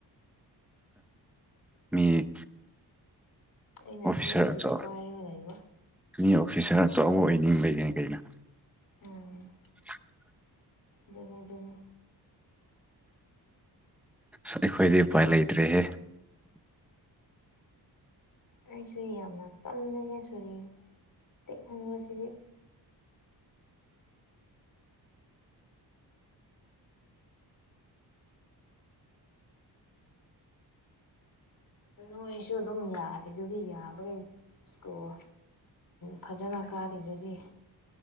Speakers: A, in the centre; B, on the left.
A: ꯃꯤ
B: ꯑꯩꯅ
A: ꯑꯣꯐꯤꯁꯥꯔ
B: ꯁꯤꯗ ꯁꯨꯔꯤ
A: ꯑꯆ
B: ꯄꯥꯏꯔꯒ ꯂꯩꯕ
A: ꯁꯤꯅꯤ ꯑꯣꯐꯤꯁꯥꯔ ꯑꯆꯧꯕ ꯑꯣꯏꯅꯤꯡꯕꯔꯤ ꯀꯩꯅꯣ
B: ꯎꯝ
A: <inaudible>
B: ꯗꯨꯅꯦ ꯗꯨꯅꯦ
A: ꯑ ꯑꯩꯈꯣꯏꯗꯤ
B: ꯑꯁ
A: ꯎꯄꯥꯏ
B: ꯑꯩ
A: ꯂꯩꯇ꯭ꯔꯦꯍꯦ
B: ꯑꯩꯁꯨ ꯌꯥꯝꯅ ꯄꯜꯂꯍꯦ ꯁꯣꯔꯤ ꯇꯦꯛ ꯈꯟꯕꯁꯤꯗꯤ ꯅꯣꯏꯁꯨ ꯑꯗꯨꯝ ꯌꯥꯔꯦ ꯑꯗꯨꯗꯤ ꯌꯥꯕꯒꯤ ꯏꯁꯀꯣꯔ ꯐꯖꯅ ꯀꯥꯔꯤꯗꯨꯗꯤ